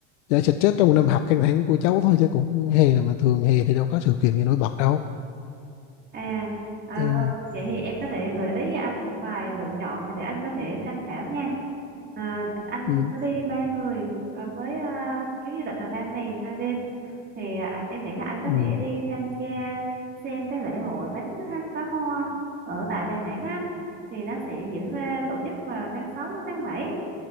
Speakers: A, on the left; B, on the right.
A: giải stress trong một năm học căng thẳng của cháu thôi chứ cũng hè này mà thường hè thì đâu có sự kiện gì nổi bật đâu
B: À, à
A: ừ,
B: rồi, vậy thì em có thể gợi ý cho anh một vài lựa chọn mà để anh có thể tham khảo nha. À, anh
A: ừ,
B: có đi ba người à, với à, chuyến du lịch là ba ngày hai đêm thì à, em nghĩ là anh có
A: ừ.
B: thể đi tham gia xem cái lễ hội bắn ha- pháo hoa ở tại Đà Nẵng á thì nó sẽ diễn ra tổ chức vào tháng 6 đến tháng 7